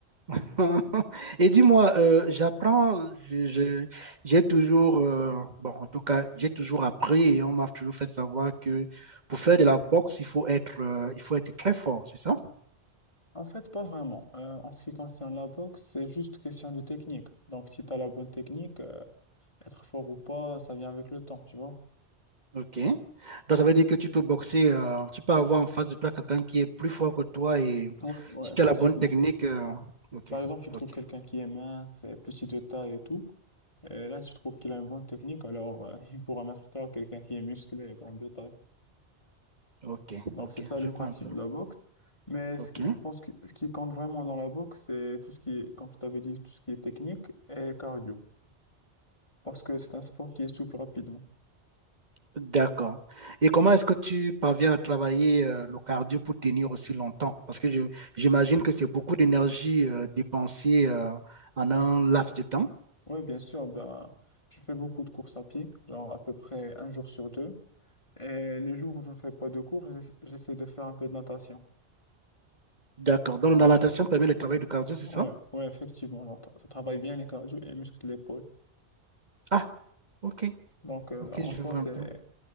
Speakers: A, on the right (about 40°); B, on the left (about 30°).
A: <laughs> Et dis-moi, euh, j'apprends, je- je- j'ai toujours, euh, bon, en tout cas, j'ai toujours appris et on m'a toujours fait savoir que pour faire de la boxe, il faut être, euh, il faut être très fort, c'est ça?
B: En fait, pas vraiment. Euh, en ce qui concerne la boxe, c'est juste question de technique. Donc, si tu as la bonne technique, euh, être fort ou pas, ça vient avec le temps, tu vois.
A: Ok. Donc, ça veut dire que tu peux boxer, euh, tu peux avoir en face de toi quelqu'un qui est plus fort que toi et
B: Ouais, ouais,
A: si
B: effectivement.
A: tu as la bonne technique, euh,
B: Ouais.
A: ok,
B: Par exemple, tu trouves
A: ok,
B: quelqu'un qui est mince, et petit de taille et tout. Et là, tu trouves qu'il a une bonne technique, alors euh, <laughs> il pourra mettre KO quelqu'un qui est musclé et grand de taille.
A: ok,
B: Donc,
A: ok,
B: c'est ça
A: je
B: le principe
A: vois un peu.
B: de la boxe. Mais
A: Ok.
B: ce que- je pense que ce qui compte vraiment dans la boxe, c'est tout ce qui est, comme je t'avais dit, tout ce qui est technique et cardio. parce que c'est un sport qui essouffle rapidement.
A: D'accord. Et comment est-ce que tu parviens à travailler euh, le cardio pour tenir aussi longtemps? Parce que je- j'imagine que c'est beaucoup d'énergie euh, dépensée euh, en un laps de temps.
B: Oui, bien sûr, ben, je fais beaucoup de courses à pied, genre à peu près un jour sur deux. Et les jours où je ne fais pas de cours, j'essa- j'essaie de faire un peu de natation.
A: D'accord. Donc
B: Donc,
A: la natation permet le travail du cardio, c'est
B: ouais,
A: ça?
B: ouais, effectivement, alors, tra- ça travaille bien les cardio et les muscles de l'épaule.
A: Ah, ok.
B: Donc, euh,
A: Ok,
B: en
A: je
B: soi,
A: vois
B: c'est,
A: un peu.